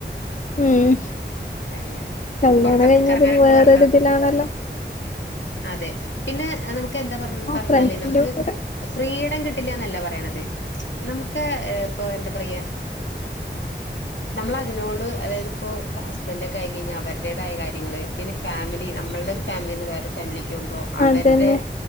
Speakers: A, on the left (about 40°); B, on the left (about 75°).
A: ഉം
B: അങ്ങനെ.
A: കല്യാണം
B: പൊറത്തൊക്കെ
A: കഴിഞ്ഞാ
B: കറങ്ങാനൊക്കെ
A: പിന്ന വേറൊരി
B: പോവാറുണ്ടോ?
A: തിലാണല്ലൊ
B: അതെ പിന്നെ നമുക്ക് എന്താ പറ പറഞ്ഞാല്
A: ഫ്രണ്ട്സിന്റെ
B: നമുക്ക്
A: കൂടെ
B: ഫ്രീഡം കിട്ടില്ലാ ന്നല്ല പറ യണത് നമു ക്കെ ഇപ്പൊ എന്താ പറയാ നമ്മളതിനോട് അതായത് പ്പോ ഹസ് ഹസ്ബന്റ് ഒക്കെ ആയി കഴിഞ്ഞാ അവരുടേതായ കാര്യങ്ങള് പിന്നെ ഫാമിലി നമ്മൾടെ ഒരു ഫാമിലീന്ന് വേറെ ഒരു ഫാമിലി ക്കുമ്പോ അവര്ടെ
A: അതന്നെ